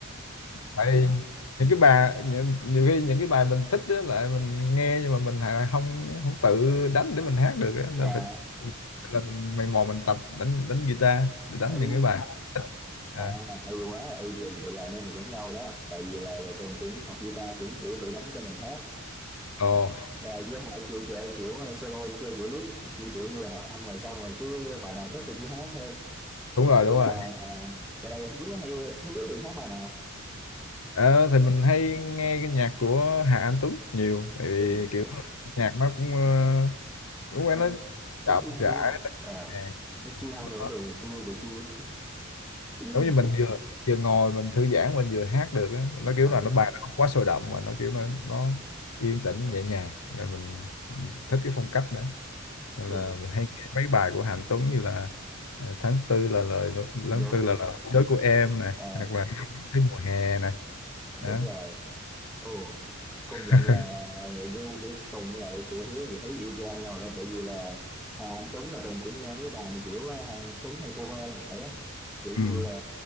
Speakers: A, on the left; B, in the centre.
A: tại những cái bài những, nhiều khi những cái bài mình thích á lại mình nghe nhưng mà mình lại không không tự đánh để mình hát được á nên
B: À,
A: phải là mình mày mò mình tập đánh đánh guitar để đánh
B: ấy,
A: những cái bài à.
B: à, hay quá, ấy, vậy vậy là anh em mình giống nhau đó. Tại vì là, là Tùng cũng học guitar cũng kiểu tự đánh cho mình hết.
A: Ồ
B: rồi với họ chịu chệ kiểu ờ, solo chơi kiểu lít chịu kiểu như là âm rồi xong rồi cứ bài nào thích thì cứ hát thôi
A: đúng
B: giờ
A: rồi
B: này
A: đúng rồi
B: à, à, giờ này hiếu hay hiếu thì hát bài nào
A: Ờ, thì mình hay nghe cái nhạc của Hà Anh Tuấn nhiều tại vì
B: ôi
A: kiểu
B: trời
A: nhạc nó cũng ờ, cũng
B: nên
A: quen nó
B: nó
A: chậm
B: phun
A: rãi
B: đúng không à
A: nè,
B: nó chiêu
A: nó
B: nữa rồi phun vừa chiêu <laughs>
A: giống như mình vừa vừa ngồi mình thư giãn mình vừa hát được á nó kiểu
B: à
A: là nó bài nó không quá sôi động mà nó kiểu nó nó yên tĩnh nhẹ nhàng rồi mình thích cái phong cách nữa nên
B: chiều
A: là mình hay nghe mấy bài của Hạnh Tuấn như là ờ, tháng tư là lời nối-
B: rồi
A: tháng tư là lời nói dối của em này
B: à,
A: hoặc là thấy mùa hè này
B: đúng
A: đó
B: rồi Ồ, công
A: <laughs>
B: nhận là view của Tùng là của Hiếu thì thấy y chang nhau đó bởi vì là Hà Anh Tuấn là Tùng cũng nghe mấy bài mà kiểu ờ, Hà Anh Tuấn hay cover lại đó kiểu như
A: ừ
B: là